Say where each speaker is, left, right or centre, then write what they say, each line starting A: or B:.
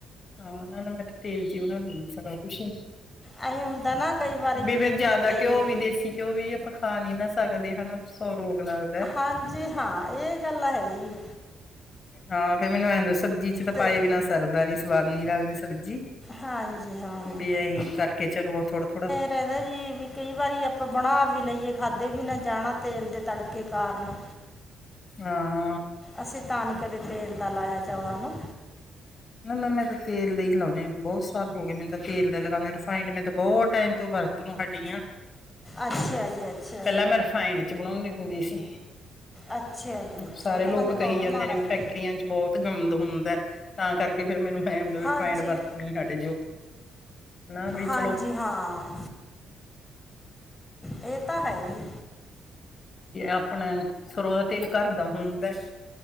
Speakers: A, on the left; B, on the left.
A: ਹਾਂ ਉਹ ਨਾਲ ਮੈਂ ਤੇ ਤੇਲ ਜੀ ਉਹਨਾਂ ਦੀ ਸੁਣਾ ਕੁਛ
B: ਐਂ ਹੁੰਦਾ ਨਾ ਕਈ ਵਾਰੀ
A: ਬੇਵੇ
B: ਵੀ
A: ਜਿਆਦਾ
B: ਕਿਤੇ
A: ਘਿਓ ਵੀ ਦੇਸੀ ਘਿਓ ਵੀ ਆਪਾਂ ਪਾ ਨਹੀਂ ਨਾ ਸਕਦੇ ਹਨਾ <unintelligible>
B: ਹਾਂਜੀ, ਹਾਂ ਇਹ ਗੱਲ ਹੈ।
A: ਹਾਂ ਫੇਰ ਮੈਨੂੰ ਐ ਦਾ ਸਬਜ਼ੀ ਚ ਤਾਂ
B: ਤੇ
A: ਪਾਏ ਬਿਨਾ ਸਰਦਾ ਨੀ ਸਵਾਦ ਨੀ ਲਗਦੀ ਸਬਜ਼ੀ
B: ਹਾਂਜੀ ਹਾਂ
A: ਵੀ ਦੇ ਅਸੀਂ ਕਰਕੇ ਚਲੋ ਥੋੜਾ ਥੋੜਾ
B: ਕਹਿੰਦਾ ਜੀ ਵੀ ਕਈ ਵਾਰੀ ਆਪਾਂ ਬਣਾ ਵੀ ਲਈਏ ਖਾਧੇ ਵੀ ਨਾ ਜਾਣਾ ਤੇਲ ਦੇ ਤੜਕੇ ਕਾਰਨ
A: ਹਾਂ।
B: ਅਸੀਂ ਤਾਂ ਨਹੀਂ ਕਦੇ ਤੇਲ ਦਾ ਲਾਇਆ ਚੌਲਾਂ ਨੂੰ
A: ਨਾ ਨਾ ਮੈਂ ਤਾਂ ਤੇਲ ਦਾ ਹੀ ਲਾਉਣੇ ਹਾਂ ਬਹੁਤ ਸਾਲ ਹੋ ਗਏ ਮੈਨੂੰ ਤਾਂ ਤੇਲ ਦਾ ਲਗਾਉਂਦੇ ਰਿਫਾਇੰਡ ਮੈਂ ਤਾਂ ਬਹੁਤ ਤਾਹੀਂ ਤੋਂ ਵਰਤ ਨੋ ਹਟੀ ਆ
B: ਅੱਛਾ ਜੀ ਅੱਛਾ
A: ਪਹਿਲਾਂ ਮੈਂ ਰਿਫਾਈੰਡ ਬਣਾਉਂਦੀ ਹੁੰਦੀ ਸੀ।
B: ਅੱਛਾ ਜੀ ਅੱਛਾ
A: ਸਾਰੇ
B: ਉਹ ਤਾਂ
A: ਲੋਕ
B: ਕਹਿੰਦੇ ਬਹੁਤ
A: ਕਹੀ ਜਾਂਦੇ
B: ਮਾੜਾ
A: ਨੇ ਵੀ
B: ਜੀ
A: ਫੈਕਟਰੀਆਂ ਚ਼ ਬਹੁਤ ਗੰਦ ਹੁੰਦਾ ਹੈ। ਤਾਂ ਕਰਕੇ ਫਿਰ ਮੈਨੂੰ ਐ ਰਿਫਾਇੰਡ
B: ਹਾਂਜੀ
A: ਵਰਤਣੀ ਹਟ ਜਾਓ ਨਾ ਵੀ
B: ਹਾਂਜੀ
A: ਚਲੋ।
B: ਹਾਂ, ਇਹ ਤਾਂ ਹੈ ਹੀ।
A: ਆਪਣਾ ਸਰੋ ਦਾ ਤੇਲ ਘਰ ਦਾ ਹੁੰਦਾ